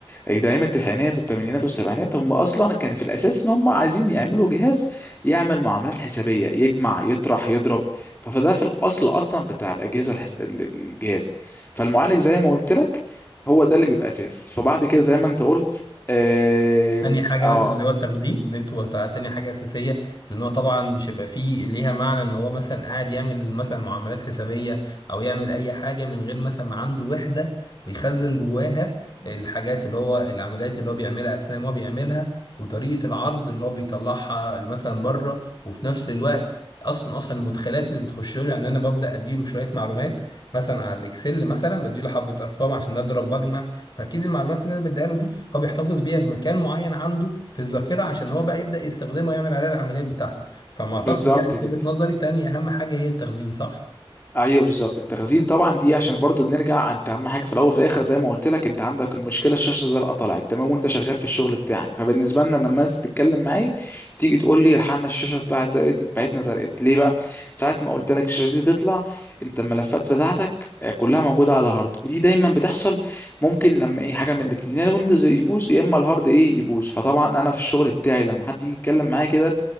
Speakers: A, on the left (about 20°); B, on the left (about 45°).
A: ايام التسعينات والثمانينات والسبعينات هم اصلا كان في الاساس ان هم عايزين يعملوا جهاز يعمل معاملات حسابيه يجمع يطرح يضرب ف- فده في الاصل اصلا بتاع الاجهزه الحس... ال- ال- الجهاز فالمعالج زي ما قلت لك هو ده اللي بيبقى اساس فبعد كده زي ما انت قلت اه,
B: تاني حاجة
A: آه
B: مثلا اللي هو التخزين دي بتبقى تع- تاني حاجة أساسية لأن هو طبعا مش هيبقى فيه ليها معنى إن هو مثلا قاعد يعمل مثلا معاملات حسابية أو يعمل أي حاجة من غير مثلا ما عنده وحدة بيخزن جواها الحاجات اللي هو العمليات اللي هو بيعملها أثناء ما هو بيعملها وطريقة العرض اللي هو بيطلعها مثلا بره وفي نفس الوقت اصلا اصلا المدخلات اللي بتخش له يعني انا ببدا اديله شويه معلومات مثلا على الاكسل مثلا بديله حبه ارقام عشان اضرب واجمع فاكيد المعلومات اللي انا بديها له دي هو بيحتفظ بيها بمكان معين عنده في الذاكره عشان هو بقى يبدا يستخدمها ويعمل عليها العمليات بتاعته فما اعتقد
A: بالظبط
B: يعني في
A: كده
B: وجهه نظري تاني اهم حاجه هي التخزين صح
A: ايوه بالظبط التخزين طبعا دي عشان برضو نرجع انت اهم حاجه في الاول وفي الاخر زي ما قلت لك انت عندك المشكله الشاشه الزرقاء طلعت تمام وانت شغال في الشغل بتاعك فبالنسبه لنا لما الناس تتكلم معايا تيجي تقول لي الحقنا الشاشه بتاعت زرقت بتاعتنا زرقت ليه بقى ساعه ما قلت لك الشاشه دي تطلع انت الملفات بتاعتك آه، كلها موجوده على الهارد ودي دايما بتحصل ممكن لما ايه حاجه من الاثنين يا الويندوز يبوظ يا اما الهارد ايه يبوظ فطبعا انا في الشغل بتاعي لما حد يجي يتكلم معايا كده